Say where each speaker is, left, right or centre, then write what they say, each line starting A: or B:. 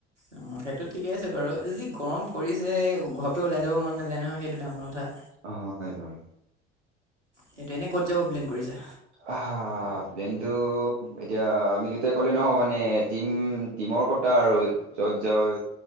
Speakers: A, on the right; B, on the right.
A: অ সেইটো ঠিকে আছে বাৰু, যি গৰম পৰিছে ঘৰৰ পৰা ওলাই যাব মন নাযায় নহয় সেইটো ডাঙৰ কথা।
B: অহ হয় বাৰু।
A: সেইটো এনে ক'ত যাব প্লেন কৰিছা?
B: আ হা প্লেইনটো এতিয়া আমি দুটাই ক'লে নহয় মানে টিম টিমৰ কথা আৰু যত যায়।